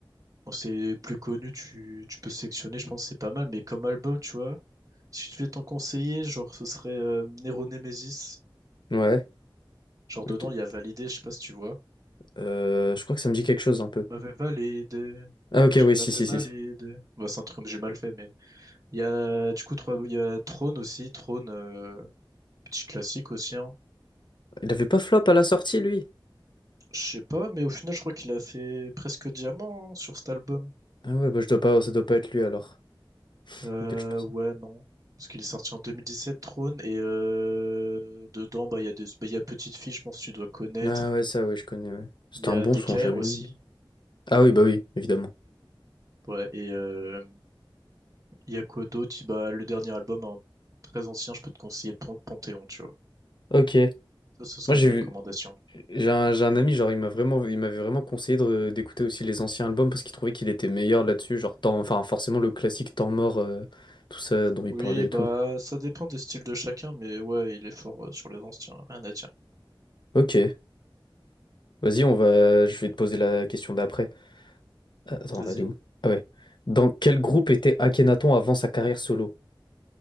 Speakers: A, on the right (about 40°); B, on the left (about 60°).
A: bon, c'est plus connu, tu, tu peux sélectionner, je pense que c'est pas mal. Mais comme album, tu vois. Si je devais t'en conseiller, genre, ce serait euh, Nero Nemesis.
B: ouais. Ouais,
A: Genre, dedans,
B: ok.
A: il y a validé, je sais pas si tu vois.
B: Euh, je crois que ça me dit quelque chose un peu.
A: Elle m'avait validé.
B: Ah ok,
A: Je
B: ouais,
A: l'avais
B: si, si,
A: validé.
B: si, si.
A: Bah, c'est un truc comme j'ai mal fait, mais. Il y a, du coup, trois- il y a Throne aussi. Throne, euh, petit classique aussi, hein.
B: Il avait pas flop à la sortie, lui?
A: Je sais pas, mais au final, je crois qu'il a fait presque diamant hein, sur cet album.
B: Ah ouais, bah je dois pas, ça doit pas être lui alors.
A: Euh,
B: Auquel je pensais.
A: ouais, non. Parce qu'il est sorti en 2017, Throne, et euh, dedans, bah, il y a des, bah, il y a Petite Fille, je pense que tu dois connaître.
B: Ah ouais, ça ouais, je connais, ouais. C'était
A: Il y
B: un
A: a
B: bon
A: DKR
B: son, j'avais.
A: aussi.
B: Ah oui, bah oui, évidemment.
A: Ouais, et euh, il y a quoi d'autre? Bah, le dernier album, hein, très ancien, je peux te conseiller Pan- Panthéon, tu vois.
B: Ok.
A: Ça, ce serait
B: Moi, j'ai
A: mes recommandations.
B: vu, j'ai un, j'ai un ami, genre, il m'a vraiment, il m'avait vraiment conseillé de- d'écouter aussi les anciens albums parce qu'il trouvait qu'il était meilleur là-dessus, genre, temps, enfin, forcément, le classique Temps mort, euh, tout ça dont il
A: Oui,
B: parlait et
A: bah,
B: tout.
A: ça dépend des styles de chacun, mais ouais, il est fort euh, sur les anciens, rien à dire.
B: Ok. Vas-y, on va, je vais te poser la question d'après. Euh, Attends,
A: Vas-y.
B: elle est où? Ah ouais. Dans quel groupe était Akhenaton avant sa carrière solo?